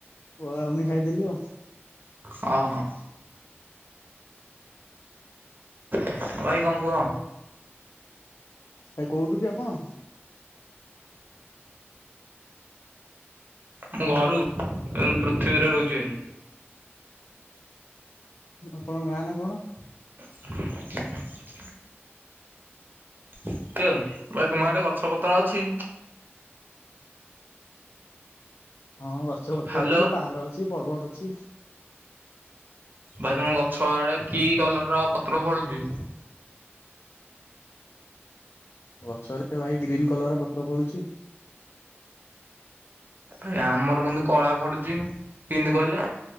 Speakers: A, on the left; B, on the right.
A: ବରା ଘୁଗୁନି ଖାଇଦେଲି ଆଉ।
B: ଅ ହ। ଅ ଭାଇ କଂ କୁହ।
A: ଭାଇ କୋଉଠୁ କି ଆପଣ।
B: ମୁଁ ଘରୁ ଉ ପୃଥିବୀରେ ରହୁଚି ଭାଇ।
A: ଆପଣଙ୍କ ଗାଁନା କଣ?
B: <inaudible> ଏମିତି ଆଉ ଭାଇ ତୁମ ଆଡ଼େ ଗଛ ପତ୍ର ଅଛି?
A: ହଁ ଗଛପତ୍ର
B: ହ୍ୟାଲୋ
A: ଅଛି ପାହାଡ଼ ଅଛି ପର୍ବତ ଅଛି।
B: ଭାଇ ତମ ଗଛ ଆଡ଼େ କି କଲର୍ ପତ୍ର ଫଳୁଛି।
A: ଗଛରେ ଭାଇ ଗ୍ରୀନ୍ କଲରର ପତ୍ର ଫଳୁଛି।
B: ଭାଇ ଆମର କିନ୍ତୁ କଳା ଫଳୁଚି କିଇଁତି କହିଲେ।